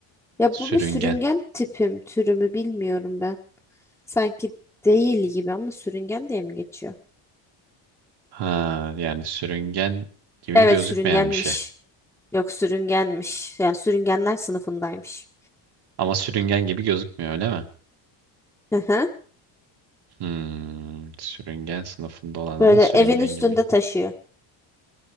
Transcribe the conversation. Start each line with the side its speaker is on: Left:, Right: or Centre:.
Centre: Ya
Right: Sürüngen.
Centre: bu bir sürüngen tipim türümü bilmiyorum ben. Sanki değil gibi ama sürüngen diye mi geçiyor?
Right: Ha, yani sürüngen gibi
Centre: Evet
Right: gözükmeyen
Centre: sürüngenmiş.
Right: bir şey.
Centre: Yok sürüngenmiş. Yani sürüngenler sınıfındaymış.
Right: Ama sürüngen gibi gözükmüyor öyle mi?
Centre: Hı hı.
Right: Hmm, sürüngen sınıfında olan ama
Centre: Böyle
Right: sürüngen
Centre: evin üstünde
Right: gibi.
Centre: taşıyor.